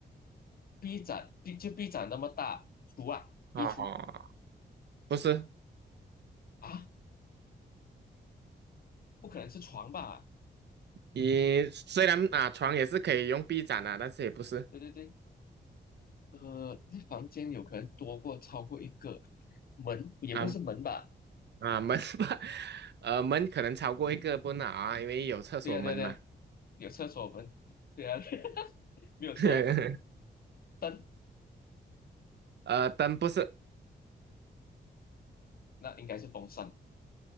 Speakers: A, on the left (about 50°); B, on the right (about 65°).
A: B 展，B 就 B 展那么大，厨啊，
B: 哦，
A: 衣橱
B: 不是，
A: 啊，不可能是床吧？
B: 你虽然啊床也是可以用臂展啊，但是也不是
A: 对对对，呃，这房间有可能多过超过一个门，也不是门吧？
B: 啊啊门吧，<laughs> 呃门可能超过一个不能啊，因为有厕所门嘛。
A: 对呀、对呀、对呀、有厕所门，对呀、<laughs> 没有错啊。
B: <laughs>
A: 灯。
B: 呃灯不是，
A: 那应该是风扇，